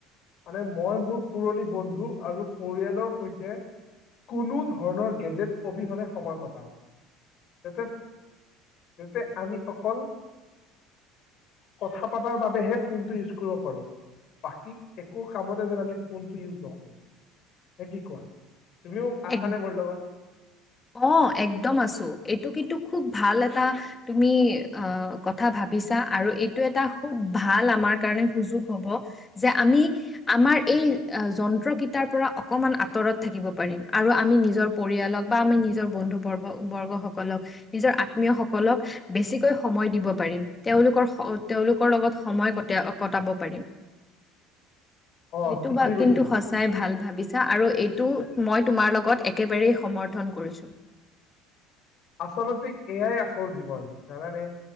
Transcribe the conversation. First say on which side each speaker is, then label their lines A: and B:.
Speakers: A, on the left; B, on the left.
A: মানে মই মোৰ পুৰণি বন্ধু আৰু পৰিয়ালৰ সৈতে। কোনো ধৰণৰ গেজেট অবিহনে সময় কটাও যাতে। যাতে আমি অকল।
B: <unintelligible>
A: কথা পাতাৰ বাবেহে ফোনটো ইউজ কৰিব পাৰো। বাকী একো কামতে যেন আমি ফোনটো ইউজ নকৰো নে কি কোৱা। তুমিও আছা
B: এক
A: নাই মোৰ লগত।
B: অ একদম আছো এইটো কিন্তু খুব ভাল এটা তুমি অ কথা ভাব। ভাবিছা আৰু এইটো এটা খুব ভাল আমাৰ কাৰণে সুযোগ হ'ব যে আমি আমাৰ। এই যন্ত্ৰকেইটাৰ পৰা অকণমান আঁতৰত থাকিব পাৰিম আৰু আমি নিজৰ পৰিয়ালক বা আমি নিজৰ বন্ধু বৰ্গ বৰ্গ সকলক নিজৰ আত্মীয় সকলক বেছিকৈ সময় দিব পাৰিম। তেওঁলোকৰ তেওঁলোকৰ লগত সময় ক কটাব পাৰিম।
A: অ
B: সেইটো
A: ঠিকেই
B: বা কিন্তু
A: কৈছা
B: সঁচাই ভাল ভাবিছা আৰু এইটো মই তোমাৰ লগত একেবাৰেই সমৰ্থন কৰিছোঁ।
A: আচলতে এয়াই আচল জীৱন জানানে।